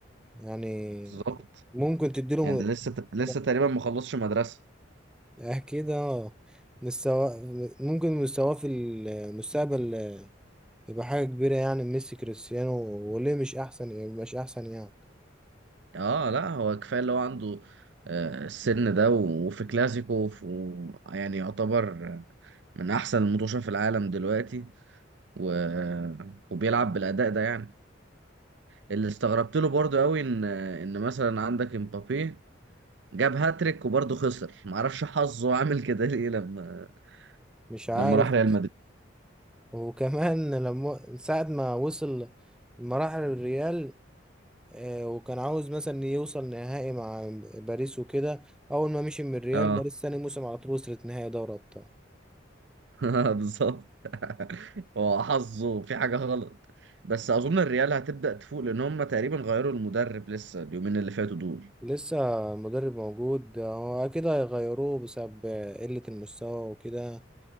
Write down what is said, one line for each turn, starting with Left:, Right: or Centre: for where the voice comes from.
Centre: يعني
Right: بالظبط
Centre: ممكن تديله
Right: يعني
Centre: م...
Right: لسه لسه
Centre: أه،
Right: تقريبا ما خلصش مدرسة
Centre: اكيد اه مستوى ممكن مستواه في المستقبل يبقى حاجة كبيرة يعني ميسي كريستيانو وليه مش احسن يعني مش احسن يعني
Right: اه لا هو كفاية اللي هو عنده آه، السن ده و- وفي كلاسيكو وفي- و... يعني يعتبر آه، من احسن المطوشة في العالم دلوقتي و... وبيلعب بالاداء ده يعني اللي استغربت له برضو قوي ان ان مثلا عندك امبابي جاب هاتريك وبرضه خسر معرفش حظه عامل كده ليه لما
Centre: مش عارف
Right: لما راح ريال مدريد
Centre: وكمان لما ساعة ما وصل مراحل الريال آه، وكان عاوز مثلا يوصل نهائي مع باريس وكده اول ما مشي من الريال
Right: اه
Centre: باريس ثاني موسم على طول وصلت نهائي دوري ابطال
Right: <laughs> بالظبط <laughs> هو حظه في حاجة غلط بس أظن الريال هتبدأ تفوق لأن هم تقريبا غيروا المدرب لسه اليومين اللي فاتوا دول
Centre: لسه المدرب موجود هو اكيد هيغيروه بسبب قلة المستوى وكده